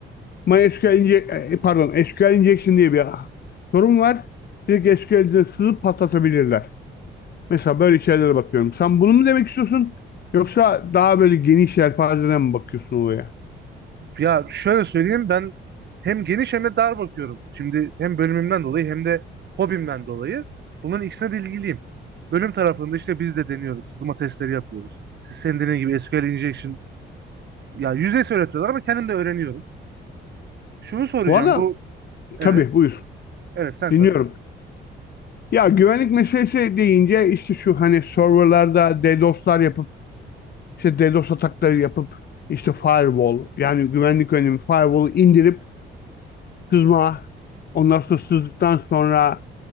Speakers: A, on the left; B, on the right.
A: MySQL inje- e, pardon SQL injection diye bir sorun var. Direkt SQL'de sızıp patlatabilirler. Mesela böyle şeylere bakıyorum. Sen bunu mu demek istiyorsun? Yelpazeyle, Yoksa daha böyle geniş yelpazeden mi bakıyorsun olaya?
B: Ya şöyle söyleyeyim ben hem geniş hem de dar bakıyorum. Şimdi hem bölümümden dolayı hem de hobimden dolayı bunların ikisine de ilgiliyim. Bölüm tarafında işte biz de deniyoruz. Sızma testleri yapıyoruz. Siz senin dediğin gibi SQL injection ya yüzeysel öğretiyorlar ama kendim de öğreniyorum. Şunu soracağım
A: Bu arada
B: bu evet
A: tabii buyur.
B: evet sen
A: Dinliyorum.
B: söyle.
A: Ya güvenlik meselesi deyince işte şu hani serverlarda DDoS'lar yapıp işte DDoS atakları yapıp işte firewall yani güvenlik önlemi firewall'u indirip sızma ondan sonra sızdıktan sonra